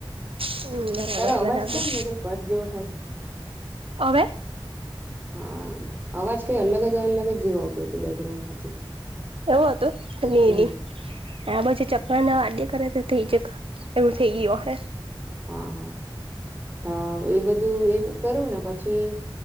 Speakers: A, on the right; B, on the right.
A: હમ બરાબર
B: તારો અવાજ
A: બરાબર
B: કેમ બધો કટ જેવો થાય
A: ઓવે.
B: હા અવાજ કઈ અલગ જ અલગ જ જેવું આવતું હતું બેકગ્રાઉન્ડ માંથી
A: એવો હતો નહી
B: હમ
A: નહી આ પછી ચકલા ના વાગ્ય કરે થઈ જ એવું થઈ ગયું હ
B: હા હા એજ એ બધું એવું કરું ને પછી